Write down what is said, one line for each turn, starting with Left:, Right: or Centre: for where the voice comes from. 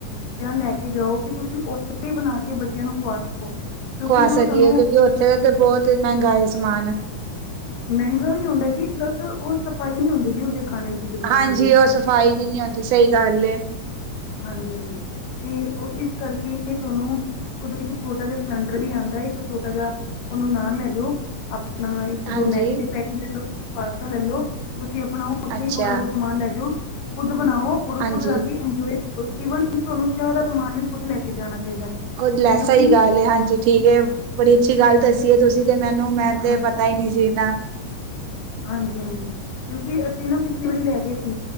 Left: ਬੱਚਿਆਂ ਨੂੰ ਲੈ ਕੇ ਜਾਓ ਕਿ ਤੁਸੀਂ ਉੱਥੇ ਹੀ ਬਣਾ ਕੇ ਬੱਚਿਆਂ ਨੂੰ ਖਵਾ ਸਕੋ ਕਿਉਂਕਿ
Right: ਖਵਾ
Left: ਜੋ
Right: ਸਕੀਏ
Left: ਤੁਹਾਨੂੰ
Right: ਕਿਉਂਕਿ ਉੱਥੇ ਦਾ ਤਾਂ ਬਹੁਤ ਮਹਿੰਗਾ ਸਮਾਨ
Left: ਮਹਿੰਗਾ ਹੀ ਹੁੰਦਾ ਜੀ ਪਲੱਸ ਉਹ ਸਫ਼ਾਈ ਨਹੀਂ ਹੁੰਦੀ ਜੀ ਉਹਦੇ ਖਾਣੇ 'ਚ ਬਿਲਕੁਲ
Right: ਹਾਂਜੀ
Left: ਵੀ
Right: ਉਹ ਸਫ਼ਾਈ ਵੀ ਨਹੀਂ ਹੁੰਦੀ ਸਹੀ ਗੱਲ
Left: ਹਾਂਜੀ ਹਾਂਜੀ ਤੇ ਉਹ ਇਸ ਕਰਕੇ ਤੁਹਾਨੂੰ ਖੁਦ ਇੱਕ ਛੋਟਾ ਜਿਹਾ ਸਿਲੰਡਰ ਵੀ ਆਉਂਦਾ ਇੱਕ ਛੋਟਾ ਜਿਹਾ ਉਹਨੂੰ ਨਾ ਲੈ ਜਾਓ ਆਪ ਨਾ ਇੱਕ
Right: ਹਾਂਜੀ
Left: ਦੋ ਮੈਗੀ ਦੇ ਪੈਕਟ ਲੈ ਲੋ, ਪਾਸਤਾ ਲੈ ਲੋ ਤੁਸੀਂ ਬਣਾਓ ਉਥੇ
Right: ਅੱਛਾ।
Left: ਥੋੜਾ ਬਹੁਤ ਸਮਾਨ ਲੈ ਜਾਓ ਖੁਦ ਬਣਾਓ ਔਰ
Right: ਹਾਂਜੀ
Left: ਖੁਦ ਜਾ ਕੇ ਇੰਜੋਏ ਈਵਨ ਤੁਹਾਨੂੰ ਚਾਹ ਦਾ ਸਮਾਨ ਵੀ ਖੁੱਦ ਲੈ ਕੇ ਜਾਣਾ ਚਾਹੀਦਾ
Right: ਕੁਝ ਲੈ
Left: ਕਿਉਂਕਿ
Right: ਸਹੀ ਗੱਲ ਹਾਂਜੀ ਠੀਕ ਏ ਬੜੀ ਅੱਛੀ ਗੱਲ ਦੱਸੀ ਏ ਤੁਸੀਂ ਤੇ ਮੈਨੂੰ ਮੈਂ ਤੇ
Left: ਹਾਂ-
Right: ਪਤਾ ਹੀ ਨਹੀਂ ਸੀ ਇਹਨਾ
Left: ਹਾਂਜੀ- ਹਾਂਜੀ ਕਿਉਂਕਿ ਅਸੀਂ ਨਾ ਪਿਛਲੀ ਵਾਰੀ ਲੈ ਗਏ ਸੀ